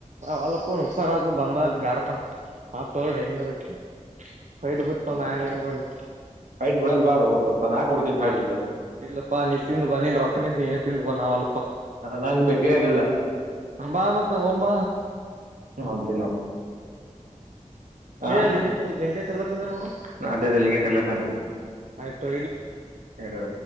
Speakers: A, on the right; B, on the right.
A: ವಲಪ್ಪ ನುಕ್ಸಾನ ಆ ಬಂದ ಅ ಬೇಡಪ್ಪ ಆತ್ಡಿ ಹೆಂಗರ ಫೈಡ್ ಬಿತ್ತವ ಆಯಾರ ಏನ್ ಮಾಡಿ
B: ಫೈಟ್ ಬಿಡಲ್ ಬಾರು ದೋಸ್ತ ನಾ ಕೊಡ್ತೀ
A: ಯಾರ
B: ಫೈಟ್ ಬ ಬಿಲ್
A: ಇಲ್ಲಪ್ಪಾ ನೀ ತಿಂದು ಬನ್ನಿನ್ ರೊಕ್ಕನಿದ್ದ ನೀನೇ ತಿಂದು ಬನ್ನ ಅವಲ್ಲಪ್ಪಾ
B: ನಂಗ್ ಬೇಕೇ ಆಗಿಲ್ಲ
A: ಬಾ ಮತ್ತ ಒಂಬ
B: ಹೊಂಟಿನ್ ನೋಡ್ ಆ
A: ಏ ಲಿಂಗೇಶ್ ಲಿಂಗೇಶ್ ನೋಣ
B: ಅದೇ ಅದೇ ಲಿಂಗೆ ಕರ್ಲತನ್ ಇಡು
A: ಆಯ್ತ್ಡ್
B: ಇಡು